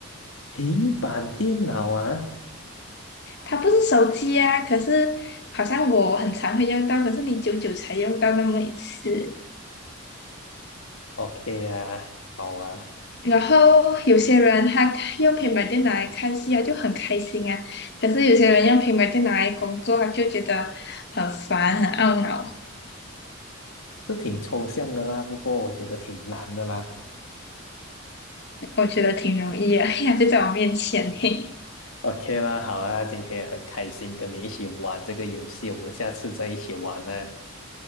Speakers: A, on the left; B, on the left.
A: 平板电脑啊
B: 它不是手机啊，可是好像我很常会用到，可是你久久才用到那么一次。
A: ，OK 啊，好啊，
B: 然后有些人他用平板电脑来看戏啊，就很开心啊。可是有些人用平板电脑来工作啊，就觉得很烦、很懊恼。
A: 都挺抽象的啦，不过我觉得挺难的啦。
B: 我觉得挺容易啊，<laughs> 呀就在我面前嘿
A: OK 啦，好啊，今天很开心跟你一起玩这个游戏，我们下次再一起玩呢。